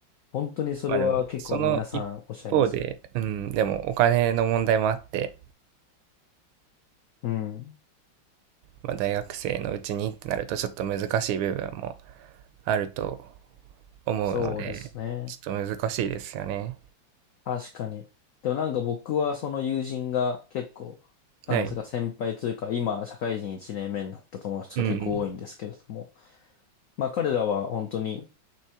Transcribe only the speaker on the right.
まあでも、その一方で、うん、でもお金の問題もあって、
まあ、大学生のうちにってなるとちょっと難しい部分もあると思うので、
ちょっと難しいですよね。
はい。
うん。